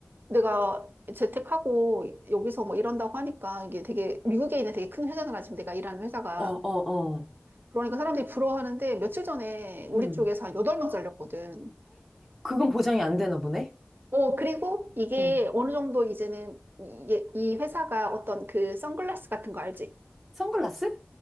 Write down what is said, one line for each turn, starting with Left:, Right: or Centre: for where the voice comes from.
Right: 내가 재택하고 여기서 뭐 이런다고 하니까 이게 되게 미국에 있는 되게 큰 회사잖아 지금 내가 일하는 회사가
Centre: 어, 어.
Right: 그러니까 사람들이 부러워하는데 며칠 전에 우리
Centre: 응.
Right: 쪽에서 한 8명 잘렸거든
Centre: 그건 보장이 안 되나 보네.
Right: 어, 그리고 이게
Centre: 응.
Right: 어느 정도 이제는 이, 이 회사가 어떤 그 선글라스 같은 거 알지?
Centre: 선글라스?